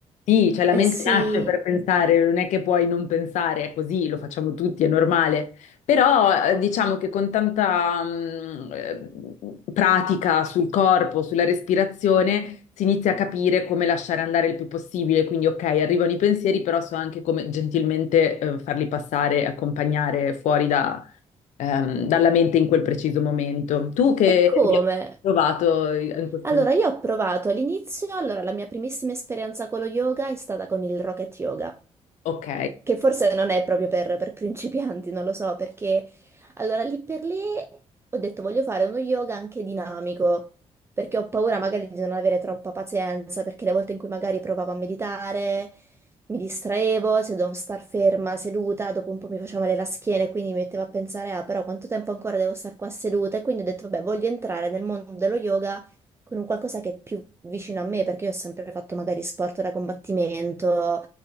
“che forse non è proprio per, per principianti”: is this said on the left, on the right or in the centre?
Right